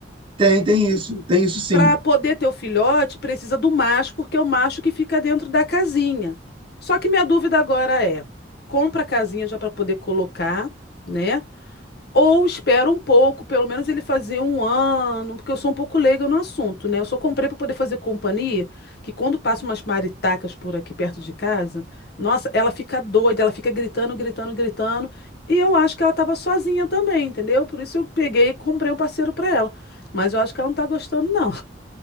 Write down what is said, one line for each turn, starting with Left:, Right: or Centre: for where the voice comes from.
Right: tem, tem isso. Tem isso sim.
Left: Para poder ter o filhote, precisa do macho, porque é o macho que fica dentro da casinha. Só que minha dúvida agora é: compra a casinha já para poder colocar, né? Ou espera um pouco, pelo menos ele fazer um ano, porque eu sou um pouco leiga no assunto, né? Eu só comprei para poder fazer companhia, que quando passa umas maritacas por aqui perto de casa, nossa, ela fica doida, ela fica gritando, gritando, gritando. E eu acho que ela estava sozinha também, entendeu? Por isso eu peguei e comprei um parceiro para ela. Mas eu acho que ela não tá gostando, não.